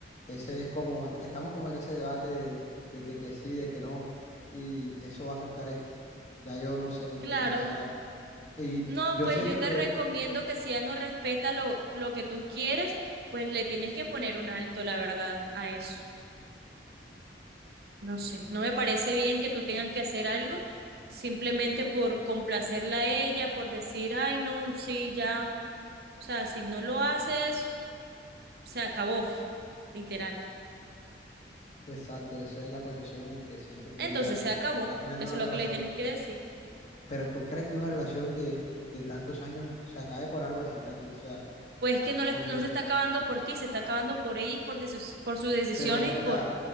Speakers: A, on the left; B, on the right.
A: Ese es como, estamos como en ese debate de, de que, que sí, de que no, y eso va a afectar esto. Ya yo no sé ni
B: claro.
A: qué pensar. Y
B: No,
A: yo
B: pues
A: siento
B: yo te
A: que,
B: recomiendo
A: que-
B: que si ella no respeta lo, lo que tú quieres, pues le tienes que poner un alto, la verdad, a eso. No sé, no me parece bien que tú tengas que hacer algo simplemente por complacerla a ella, por decir, ay, no, sí, ya. O sea, si no lo haces, se acabó, literal.
A: exacto, esa es la posición en que siento que
B: Entonces
A: ella
B: se acabó.
A: está poniendo
B: Eso
A: la
B: es lo
A: relación.
B: que le tienes que decir.
A: Pero tú crees que una relación de, de tantos años se acabe por algo así, Katy, o sea,
B: Pues es que no, le-
A: por
B: no
A: eso.
B: se está acabando por ti, se está acabando por ella y por, de sus, por sus decisiones
A: Pero, o
B: y
A: sea,
B: por... O